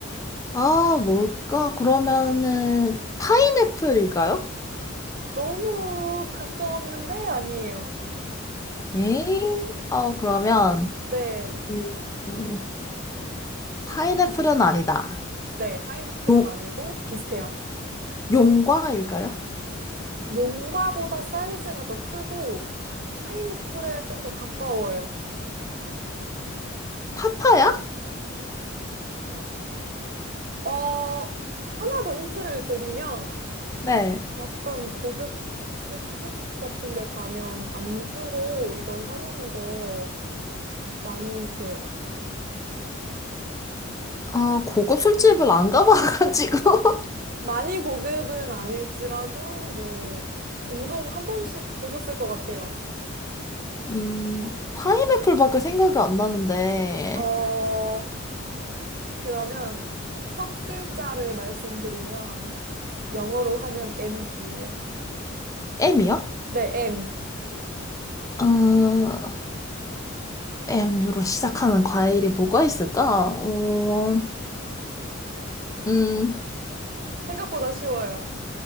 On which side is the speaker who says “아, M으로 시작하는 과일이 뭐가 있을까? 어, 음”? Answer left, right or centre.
Left